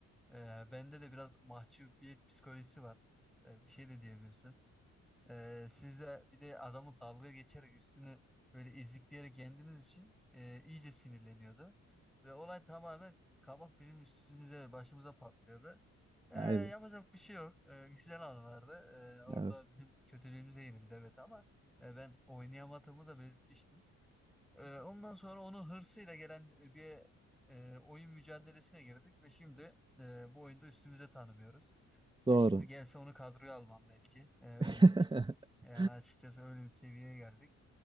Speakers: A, in the centre; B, on the right.
A: E, bende de biraz mahcubiyet psikolojisi var. E, bir şey de diyemiyorsun. Ee, siz de bir de adamı dalga geçerek üstünü böyle ezikleyerek yendiğiniz için e, iyice sinirleniyordu. Ve olay tamamen kabak bizim üstümüze ve başımıza patlıyordu. Ee,
B: Aynen.
A: yapacak bir şey yok. Ee, güzel anılardı. Ee, orada
B: Evet.
A: bizim kötülüğümüze yenildi evet ama e, ben oynayamadığımı da belirtmiştim. Ee, ondan sonra onun hırsıyla gelen bir e, oyun mücadelesine girdik ve şimdi e, bu oyunda üstümüze tanımıyoruz. E,
B: <laughs> Doğru.
A: şimdi gelse onu kadroya almam belki. E, öyle
B: <laughs>
A: bir tip. Yani açıkçası öyle bir seviyeye geldik.